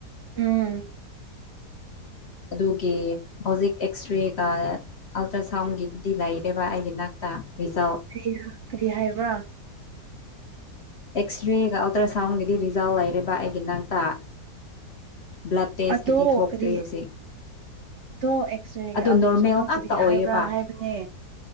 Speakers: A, on the right; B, on the left.
A: ꯎꯝ
B: ꯑꯗꯨꯒꯤ ꯍꯧꯖꯤꯛ ꯑꯦꯛꯁ ꯔꯦꯒ ꯑꯜꯇ꯭ꯔ ꯁꯥꯎꯟꯒꯤꯗꯨꯗꯤ ꯂꯩꯔꯦꯕ ꯑꯩꯒꯤ ꯅꯥꯛꯇ ꯔꯤꯖꯜ
A: ꯀꯔꯤꯅꯣ ꯀꯔꯤ ꯍꯥꯏꯕ꯭ꯔꯥ
B: ꯑꯦꯛꯁꯔꯦꯒ ꯑꯜꯇ꯭ꯔꯥꯁꯎꯟꯒꯤꯗꯤ ꯔꯤꯖꯥꯜ ꯂꯩꯔꯦꯕꯥ ꯑꯩꯒꯤ ꯅꯥꯛꯇ ꯕ꯭ꯂꯠ ꯇꯦꯁꯀꯤꯗꯤ
A: ꯑꯗꯣ
B: ꯊꯣꯛꯇ꯭ꯔꯤ
A: ꯀꯔꯤ
B: ꯍꯧꯖꯤꯛ
A: ꯑꯗꯣ ꯑꯦꯛꯁꯔꯦꯒꯤ
B: ꯑꯗꯨ
A: ꯑꯜꯇ꯭ꯔꯥꯁꯥꯎꯟꯗꯣ
B: ꯅꯣꯔꯃꯦꯜ ꯉꯥꯛꯇ
A: ꯀꯔꯤ
B: ꯑꯣꯏꯌꯦꯕ
A: ꯍꯥꯏꯕ꯭ꯔꯥ ꯍꯥꯏꯕꯅꯦ